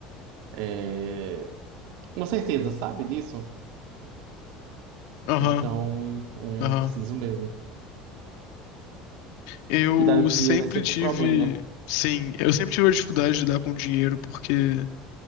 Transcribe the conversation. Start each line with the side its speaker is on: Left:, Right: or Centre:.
Right: é, uma certeza, sabe disso?
Left: Aham,
Right: Então, eu
Left: aham.
Right: preciso mesmo.
Left: Eu
Right: Cuidado com
Left: sempre
Right: o dinheiro é sempre
Left: tive.
Right: um problema.
Left: Sim, eu sempre tive a dificuldade de dar com dinheiro, porque